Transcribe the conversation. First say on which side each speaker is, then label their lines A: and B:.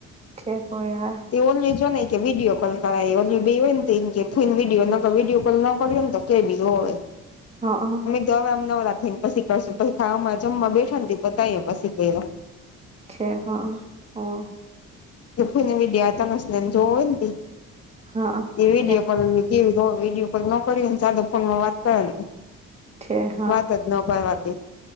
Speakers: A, on the right; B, on the left.
A: <unintelligible>
B: એ ઓન્લી જો ને કે વીડિઓ કોલ કરાય અમે બે હોઈએ ન તો એમ કે કોઈને વિડીયો ન ક વિડીયો કોલ ન કરીએ ન તો. કેવી હોય?
A: હા.
B: તો હવે આમ નવરા થઈને પછી કરશું પછી ખાવામા જમવા બેઠા ન તે બધાએ પછી કર્યું.
A: છે, હા હોય.
B: <unintelligible> વિડિયો આ તમસને જોવોય ન તઇ.
A: હા
B: એ વિડીયો
A: ઠેક
B: કોલ કેવી હો વિડીયો કોલ ન કર ને સાદો ફોનમાં વાત કરે.
A: ઠેક
B: વાત જ નો કરવા દે.